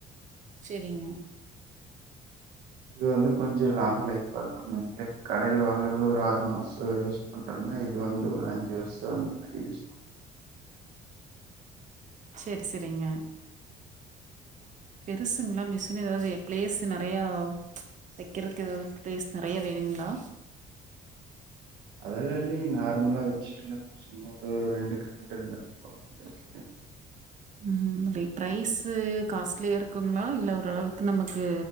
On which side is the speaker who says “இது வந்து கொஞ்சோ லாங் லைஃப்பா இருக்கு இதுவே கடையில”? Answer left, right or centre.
Right